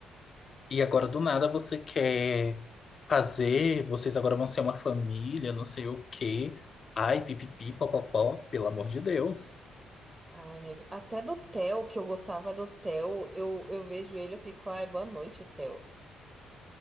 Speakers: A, on the left; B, on the right.
A: E agora do nada você quer fazer, vocês agora vão ser uma família, não sei o quê. Ai, pipipi, popopó, pelo amor de Deus.
B: Ai, amigo. Até do Theo, que eu gostava do Theo, eu, eu vejo ele, eu fico, ai, boa noite, Theo.